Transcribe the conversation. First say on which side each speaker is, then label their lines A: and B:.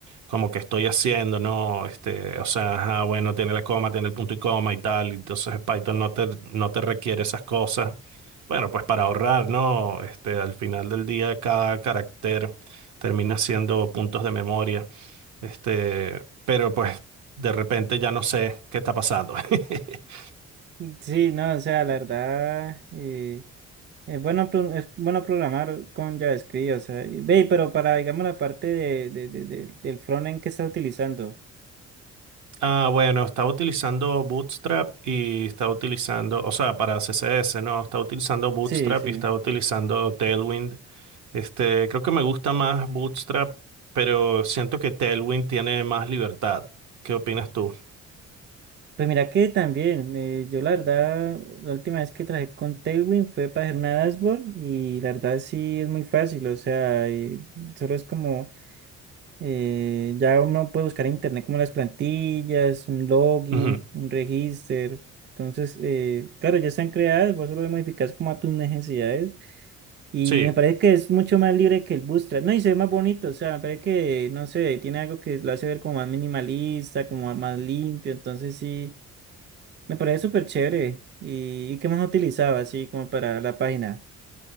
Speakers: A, on the right; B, on the right.
A: como que estoy haciendo, ¿no? Este, o sea, ajá, bueno, tiene la coma, tiene el punto y coma y tal, entonces Python no te, no te requiere esas cosas. Bueno, pues para ahorrar, ¿no? Este, al final del día cada carácter termina siendo puntos de memoria, este, pero pues de repente ya no sé qué está pasando. <laughs>
B: Sí, no, o sea, la verdad, eh, es bueno, pro- es bueno programar con JavaScript, o sea, y- ve, pero para, digamos, la parte de, de, de- de- del frontend que está utilizando.
A: Ah, bueno, estaba utilizando Bootstrap y estaba utilizando, o sea, para CSS, ¿no? Estaba utilizando Bootstrap
B: Sí, sí.
A: y estaba utilizando Tailwind Este, creo que me gusta más Bootstrap, pero siento que Tailwind tiene más libertad. ¿Qué opinas tú?
B: Pues mira que también, eh, yo la verdad, la última vez que trabajé con Tailwind fue para hacer una dashboard y la verdad sí es muy fácil, o sea, y solo es como, eh, ya uno puede buscar en internet como las plantillas, un login,
A: Ujú.
B: un registro, entonces, eh, claro, ya están creadas, vos solo las modificas como a tus necesidades y
A: Sí.
B: me parece que es mucho más libre que el Bootstrap, no, y se ve más bonito, o sea, me parece que, no sé, tiene algo que lo hace ver como más minimalista, como más limpio, entonces sí. Me parece súper chévere. ¿Y, y qué más utilizaba así como para la página?